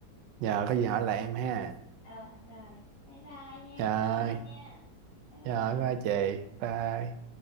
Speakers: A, on the right; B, on the left.
A: giờ có gì hỏi lại em ha.
B: ờ rồi bye bye nha
A: Trời,
B: cảm ơn Long nha bye bye
A: trời, bye chị. Bye.